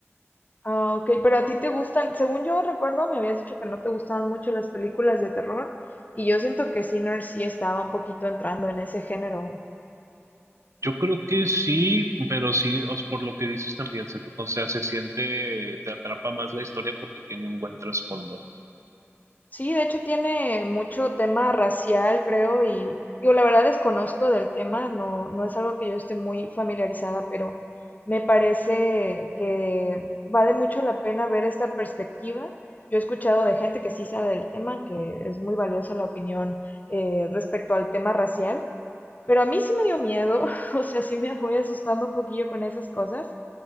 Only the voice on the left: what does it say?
Ah, ok, pero a ti te gustan, según yo recuerdo, me habías dicho que no te gustaban mucho las películas de terror, y yo siento que Sinners sí estaba un poquito entrando en ese género.
Sí, de hecho tiene mucho tema racial, creo, y digo, la verdad desconozco del tema, no, no es algo que yo esté muy familiarizada, pero me parece que vale mucho la pena ver esta perspectiva. Yo he escuchado de gente que sí sabe del tema, que es muy valiosa la opinión eh, respecto al tema racial, pero a mí sí me dio miedo, <laughs> o sea, sí me voy asustando un poquillo con esas cosas,